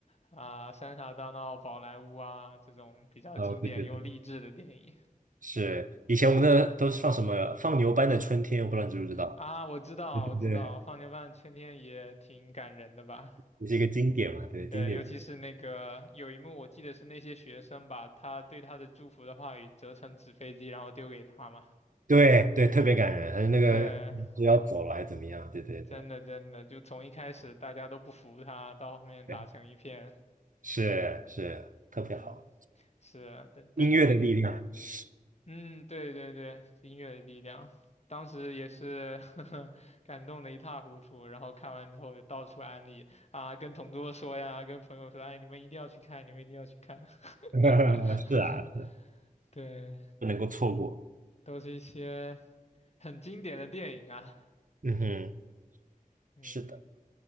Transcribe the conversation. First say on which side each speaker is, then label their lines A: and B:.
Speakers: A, on the left; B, on the right.
A: 啊《三傻大闹宝莱坞》啊这种比较经典又励志的电影
B: 哦对对对，是以前我们那都是放什么放牛班的春天，我不知道你知不知道？
A: 啊。我知道，
B: 对对对，
A: 我知道，《放牛班的春天》也挺感人的吧？
B: 也是一个经典嘛，对经典，
A: 对，尤其是那个有一幕，我记得是那些学生把他对他的祝福的话语折成纸飞机，然后丢给他嘛。
B: 对对，特别感人。还有那个不要走了还是怎么样？
A: 对，
B: 对对对
A: 真的真的，就从一开始大家都不服他，到后面打成一片，
B: 对，是是特别好，
A: 嗯，是啊，但但那，
B: 音乐的力量，<laughs> 是
A: 嗯，对对对，音乐的力量，当时也是 <laughs> 感动的一塌糊涂，然后看完之后也到处安利啊，跟同桌说呀，跟朋友说，哎，你们一定要去看，你们一定要去看，
B: 啊
A: <laughs>
B: 是，
A: 对，
B: 不能够错过。
A: 都是一些很经典的电影啊，
B: 嗯哼，
A: 嗯。
B: 是的。